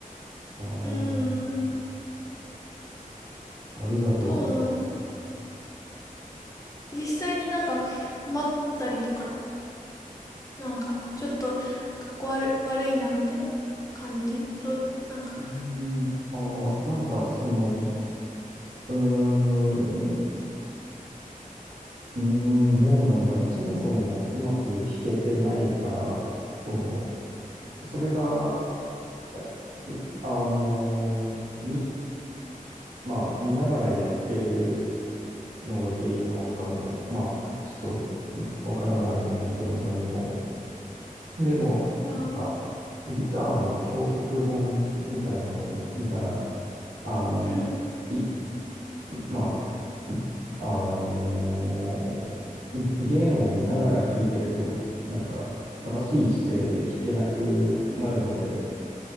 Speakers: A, on the right; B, on the left.
A: ああ、
B: うーん、
A: ありがとう。
B: どうなんだろう。実際になんか困ったりとかっなんか、ちょっと、かっこ悪、悪いな、みたいな感じと、なんか、
A: うんあー、なんか、その、うーん、うーん、どうなんだろう。そもそもうまく弾けてないから、その、それが、えあのーに、まあ、見ながらやってるのが原因なのかも、まあ、ちょっとわからないんだけど、何も。でも、
B: ああ、
A: なんか、ギターの教則本みたいなのを見たら、あの、
B: うん、
A: い、まあ、あの弦を見ながら弾いてると、なんか、正しい姿勢で弾けなくなるので、